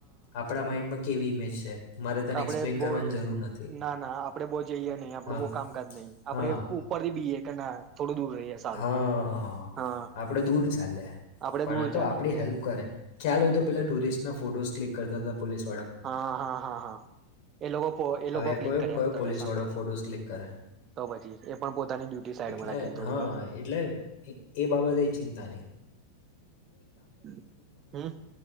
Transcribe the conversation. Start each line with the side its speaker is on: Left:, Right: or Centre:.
Left: આપડા માઈન્ડ માં કેવી ઇમેજ છે? મારે તને
Right: આપણેે
Left: એક્સપ્લેન
Right: બવ
Left: કરવાની જરૂર નથી
Right: ના ના આપડે બહુ જઈએ નહી આપડું
Left: હા
Right: બવ કામકાજ નહી આપડે
Left: હા
Right: ઉપરથી બીયએ કે ના થોડું દૂર રહીએ સારું
Left: હા
Right: હા
Left: આપડે દૂર ચાલે.
Right: આપડે
Left: પણ
Right: દૂર
Left: આ તો
Right: ચાલીએ
Left: આપડી
Right: કે
Left: હેલ્પ કરે ખ્યાલ હોય તો પેલા ટુરિસ્ટના ફોટોઝ ક્લિક કર દાદ પોલીસ
Right: હા હા હા હા, એ લોકો એ
Left: હવે
Right: લોકો ક્લિક
Left: કયો
Right: કરી
Left: કયો
Right: આપતા
Left: પોલીસવાળો
Right: સામેથી.
Left: ફોટોઝ ક્લિક કરે
Right: તો પછી એ પણ પોતાની ડ્યુટી સાઈડમાં
Left: એટલે
Right: રાખીને થોડી
Left: હા
Right: વાર
Left: એટલે એ બાબતે ચિં તાલી.
Right: હમ્મ